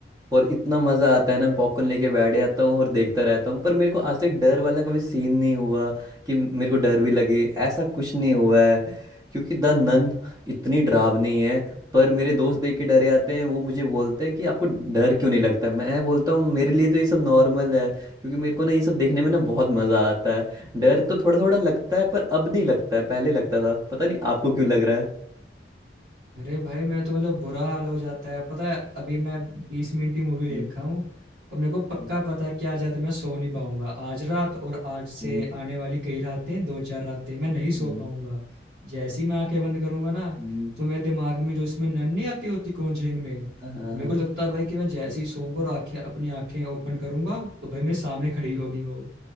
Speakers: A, on the right; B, on the right.
A: और इतना मजा आता है ना पॉपकॉर्न लेके बैठ जाता हूँ और देखता रहता हूँ पर मेरे को आज तक डर वाला कभी सीन नहीं हुआ कि मेरे को डर भी लगे ऐसा कुछ नहीं हुआ है क्योंकि द नन इतनी डरावनी है पर मेरे दोस्त देख के डरे जाते हैं वो मुझे बोलते हैं कि आपको डर क्यों नहीं लगता मैं बोलता हूँ मेरे लिए तो ये सब नॉर्मल है क्योंकि मेरे को ना ये सब देखने में ना बहुत मजा आता है डर तो थोड़ा थोड़ा लगता है पर अब नहीं लगता है पहले लगता था पता नहीं आपको क्यों लग रहा है
B: अरे भाई मेरा तो मतलब बुरा हाल हो जाता है पता है अभी मैं बीस मिनट की मूवी देखा
A: हम्म,
B: हूँ और मेरे को पक्का
A: हम्म,
B: पता है कि आज रात मैं सो नहीं पाऊंगा आज रात और आज से
A: हम्म,
B: आने वाली कई रातें दो चार रातें मैं नहीं सो
A: हम्म,
B: पाऊंगा जैसे ही मैं आंखें बंद करूंगा ना
A: हम्म,
B: तो मेरे दिमाग में जो इसमें नन नहीं आती होती कॉन्जरिंग में
A: हाँ
B: मेरे को लगता है भाई कि मैं जैसे ही सोऊंगा और आंखें अपनी आंखें ओपन करूंगा तो भाई मेरे सामने खड़ी होगी वो